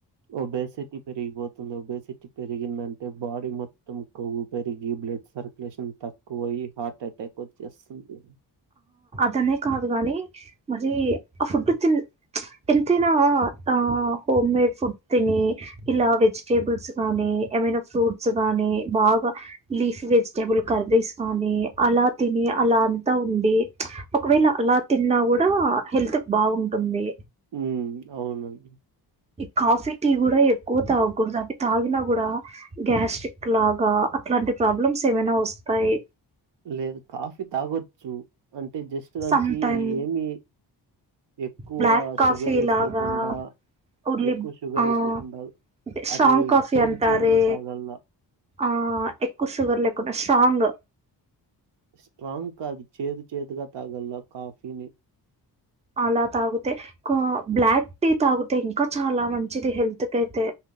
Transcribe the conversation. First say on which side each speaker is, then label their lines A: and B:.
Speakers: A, on the right; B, on the right.
A: ఒబేసిటీ పెరిగిపోతుంది ఒబేసిటీ పెరిగిందంటే బాడీ మొత్తం కొవ్వు పెరిగి బ్లడ్ సర్కులేషన్ తక్కువ అయ్యి హార్ట్ అటాక్ వచ్చేస్తుంది
B: అర్థమే కాదు గాని మరి ఆ ఫుడ్ తి ఎంతైనా ఆ హోమ్ మేడ్ ఫుడ్ తిని ఇలా వెజిటేబుల్స్ గాని ఏమైనా ఫ్రూట్స్ గాని బాగా లీఫీ వెజిటేబుల్ కర్రీస్ కాగానీ అలా తిని అలా అంతా ఉండి ఒకవేళ అలా తిన్నా కూడా హెల్త్ బాగుంటుంది
A: ఉమ్ అవునండి
B: ఈ కాఫీ టీ కూడా ఎక్కువ తాగకూడదు అవి తాగినా కూడా గ్యాస్ట్రిక్ లాగా అట్లాంటి ప్రాబ్లమ్స్ ఏమైనా వస్తాయి
A: లేదు కాఫీ తాగొ చు అంటే జస్ట్ పచ్చడానికి
B: సమ్ టైమ్
A: ఏమి ఎక్కువ
B: బ్లాక్ కాఫీ
A: షుగర్ వేసుకోకుండా
B: లాగా ఉర్లి
A: ఎక్కువ షుగర్
B: ఆ
A: వేసుకోకుండా
B: అంటే స్ట్రాంగ్
A: అది
B: కాఫీ
A: చేదు
B: అంటారె
A: చేదుగా తాగల్ల
B: ఆ ఎక్కువ షుగర్ లేకుండా స్ట్రాంగ్
A: స్ట్రాంగ్ కాదు చేదు చేదుగా తాగల్లా కాఫీని
B: అలా తాగితే బ్లాక్ టీ తాగితే ఇంకా చాలా మంచిది హెల్త్ కి అయితే